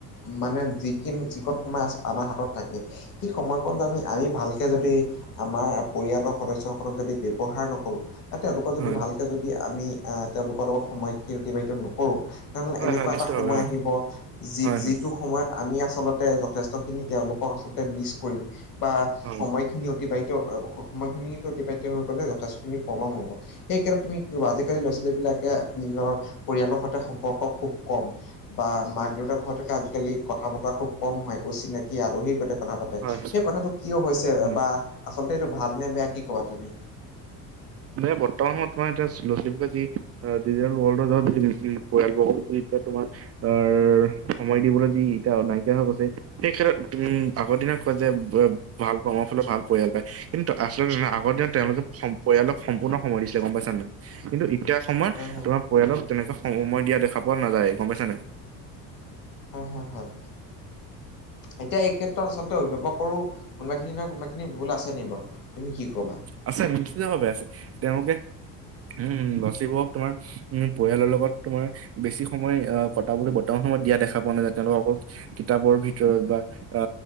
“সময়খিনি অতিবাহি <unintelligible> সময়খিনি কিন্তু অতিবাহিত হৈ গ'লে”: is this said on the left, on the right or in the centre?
Left